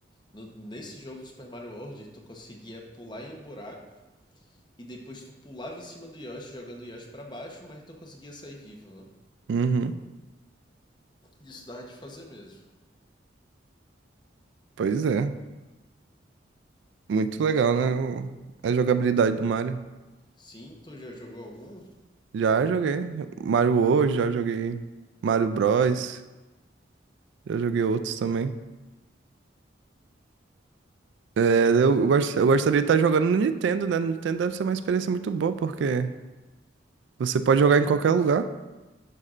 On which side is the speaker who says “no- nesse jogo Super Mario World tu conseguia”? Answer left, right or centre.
Left